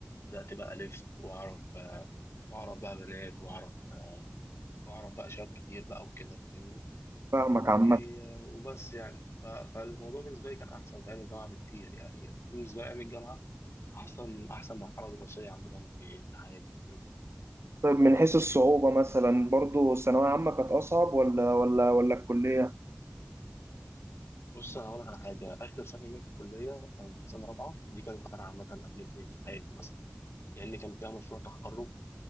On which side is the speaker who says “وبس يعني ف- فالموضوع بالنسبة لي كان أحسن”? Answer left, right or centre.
Left